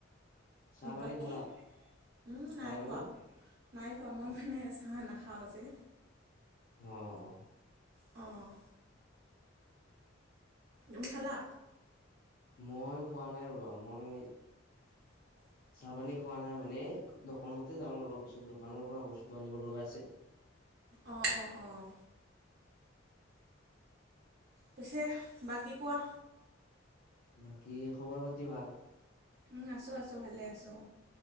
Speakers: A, on the left (about 50°); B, on the right (about 50°).
A: চাহ পানী
B: বাকী
A: খালা
B: উম,
A: চাহ
B: নাই
A: পানী
B: খোৱা, নাই খোৱা, মই
A: অ
B: মানে আজি হাঁহ নাখাওঁ যে।
A: <unintelligible>
B: অ'। তুমি খালা?
A: মই খোৱা নাই ৰবা মই
B: <unintelligible>
A: চাহ পানী খোৱা নাই মানে, দোকানতে যাম অলপ পিছত দোকানৰ পৰা বস্তু আনিব লগা আছে।
B: অ', অ', অ'। পিছে বাকী কোৱা।
A: বাকী খবৰ পাতি ভাল?
B: উম, আছোঁ আছোঁ ভালে আছোঁ।